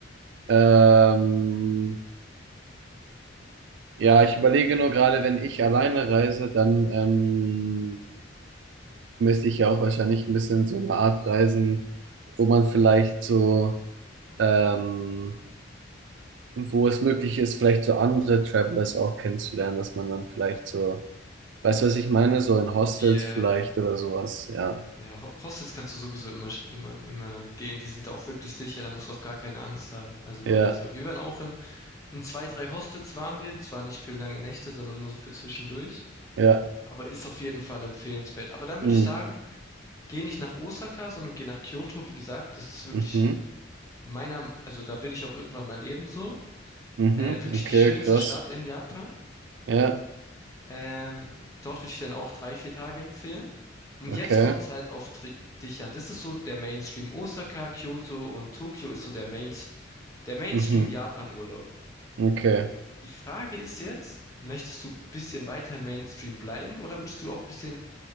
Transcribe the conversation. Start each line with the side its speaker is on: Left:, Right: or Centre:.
Right: Ähm, ja, ich überlege nur gerade, wenn ich alleine reise, dann ähm, müsste ich ja auch wahrscheinlich ein bisschen so eine Art reisen, wo man vielleicht so, ähm, wo es möglich ist, vielleicht so andere Travelers auch kennenzulernen, dass man dann vielleicht so, weißt du, was ich meine? So in Hostels
Left: Yeah.
Right: vielleicht oder sowas, ja.
Left: Ja, Ho- Hostels kannst du sowieso immer, sch- immer, immer gehen. Die sind da auch wirklich sicher. Da musst du auch gar keine Angst haben. Also
Right: Ja,
Left: Real Talk. Wir waren auch in In zwei, drei Hostels waren wir, zwar nicht für lange Nächte, sondern nur so für zwischendurch,
Right: ja.
Left: aber ist auf jeden Fall empfehlenswert. Aber dann
Right: Mhm.
Left: würde ich sagen, geh nicht nach Osaka, sondern geh nach Kyoto. Wie gesagt, das ist wirklich
Right: Mhm.
Left: meiner, also da will ich auch irgendwann mal leben so.
Right: Mhm,
Left: Äh, wirklich
Right: okay,
Left: die schönste
Right: krass.
Left: Stadt in Japan.
Right: Ja,
Left: Ähm, dort würde ich dann auch drei, vier Tage empfehlen. Und
Right: okay.
Left: jetzt kommt es halt auf dri- dich an. Das ist so der Mainstream. Osaka, Kyoto und Tokio ist so der Main, der Mainstream
Right: Mhm,
Left: Japan-Urlaub.
Right: okay.
Left: Die Frage ist jetzt, möchtest du ein bisschen weiter Mainstream bleiben oder würdest du auch ein bisschen